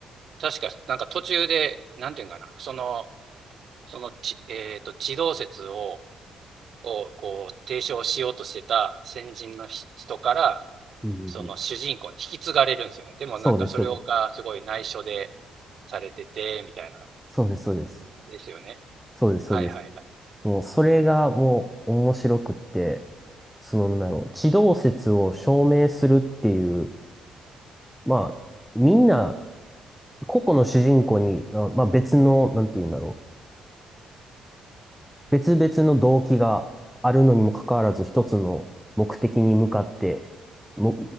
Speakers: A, on the right; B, in the centre.
A: 確か、なんか途中で、なんていうんかな、その、そのち、えっと、地動説を、を、こう、提唱しようとしてた先人のひ人から、
B: うんうんうん
A: その主人公に引き継がれるんですよね。でもなんかそれがすごい内緒で
B: そうです、そうです。
A: されてて、みたいな、
B: そうです、そうです。
A: ですよね。
B: そうです、
A: はいはいはい。
B: そうです。もう、それがもう面白くって、その、なんだろう、地動説を証明するっていう、まあ、みんな、個々の主人公に、まあまあ別の、なんて言うんだろう。別々の動機があるのにもかかわらず、一つの目的に向かって、も、